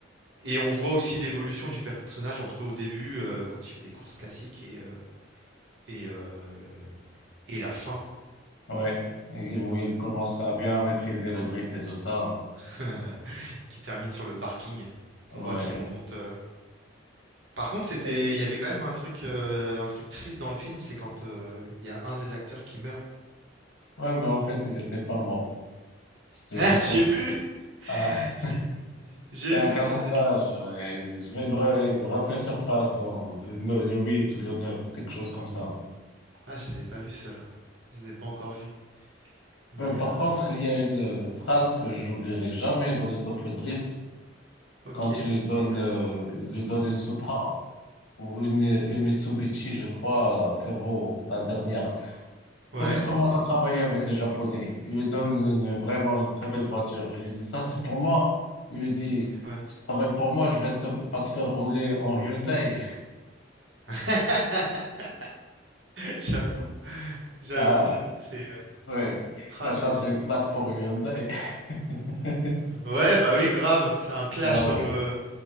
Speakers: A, on the right; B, on the left.
A: et on voit aussi l'évolution du personnage entre au début, heu, quand il fait des courses classiques et heu et heu et la fin
B: Ouais, Et où il commence à bien maîtriser le drift et tout ça.
A: <laughs> qui termine sur le parking.
B: Ouais.
A: Qu'on voit qu'il remonte, euh, Par contre, c'était
B: Et-
A: il y avait quand même un truc, heu, un truc triste dans le film, c'est quand, heu, il y a un des acteurs qui meurt.
B: Ouais, mais en fait, il n'était pas mort. C'était
A: <laughs> Ah,
B: juste
A: j'ai
B: un,
A: vu! <laughs>
B: un- <laughs>
A: J'ai
B: c'était
A: j'ai
B: un
A: vu
B: camouflage.
A: ça, c'est
B: ouais. Il, re- il refait surface dans le, le 8 ou le 9 quelque chose comme ça.
A: ah, je les ai pas vus ceux-là. Je les ai pas encore vus, mais
B: Euh, par
A: heu,
B: contre, il y a une euh, phrase que je n'oublierai jamais dans le Tokyo Drift,
A: OK,
B: quand tu lui donnes,
A: c'est vrai
B: euh, il lui donne une Supra ou une, une Mitsubishi, je crois, euh, Evo, la dernière.
A: ouais,
B: Quand il commence à travailler avec les Japonais, il lui donne une- vraiment une très belle voiture. Il lui dit, ça, c'est pour moi. Il lui dit,
A: ouais.
B: tu travailles pour moi, je vais te- pas te faire rouler en Hyundai.
A: <laughs> J'avoue, j'avoue,
B: Ah,
A: c'est, heu,
B: oui.
A: ah,
B: Ah,
A: j'ai
B: ça, c'est une claque pour Hyundai. <laughs>
A: ouais, bah, oui, grave, c'est un clash
B: Ah
A: dans
B: oui.
A: le